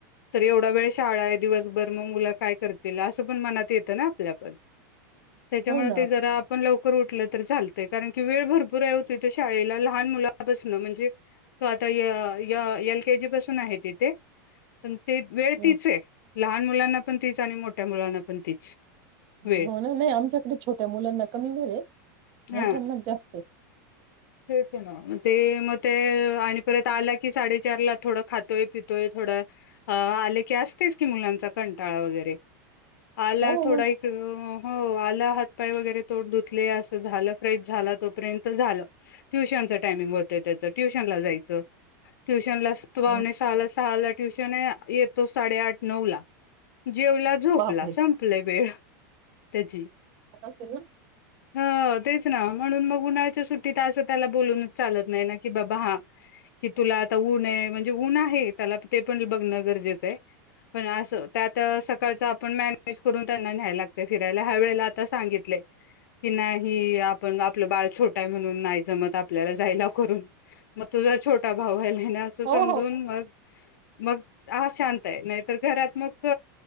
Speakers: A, on the left (about 80°); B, on the right (about 35°).
A: तर एवढा वेळ शाळा आहे, दिवसभर मग मुलं काय करतील असं पण मनात येत ना आपल्या पण. त्याच्यामुळे
B: हो ना
A: ते जरा आपण लव लवकर उठलं तर चालतय, कारण की वेळ भरपूर हाय ओ की त शाळेला लहान मुलापासणं म्हणजे तो आता य य एलकेजी पासून आहे तेथे. पण ते वेळ
B: हम्
A: तिच आहे. लहान मुलांना पण तीच आणि मोठ्या मुलांना पण तीच. वेळ
B: म्हणून मग आमच्यात मी छोट्या मुलांना कमी दर आहे
A: हा
B: मोठ्यांनाच जास्त ते
A: तेच ना ते मग ते आणि परत आला की साडेचारला थोडं खातोय पितोय थोडं आले की असतेच की मुलांचा कंटाळा वगैरे आला
B: हो
A: थोडा
B: मग
A: इकड हो आला हातपाय वगैरे तोड धुतले असं झालं फ्रेश झाला तोपर्यंत झालं ट्युशन च टायमिंग होतं त्याचं ट्युशनला जायचं. ट्युश त्यांनला <unintelligible>
B: हं,
A: शाळा शाळेला ट्युशन हाय. येतो साडेआठ नऊला. जेवला झोपला
B: बापरे
A: संपल वेळ त्याची.
B: असेल ना
A: हं तेच ना म्हणून मग उन्हा <unintelligible> तिथ अस त्याला बोलूनच चालत नाही ना की बाबा हा की तुला आता ऊन आहे म्हणजे ऊन आहे त्याला ते पण बघण गरजेच आहे. पण अस त्यात सकाळच आपण मॅनेज करून त्यांना न्यायला लागत फिरायला ह्या वेळेला आता सांगितलंय की नाही ह आपण आपलं बाळ छोटं आहे म्हणुन नाय जमत आपल्याला करून म तुझा छो आत्ता भाव व्हाला ना असं
B: हो
A: समजून
B: हो
A: मग मग हा शांत आहे नाही तर घरात मग क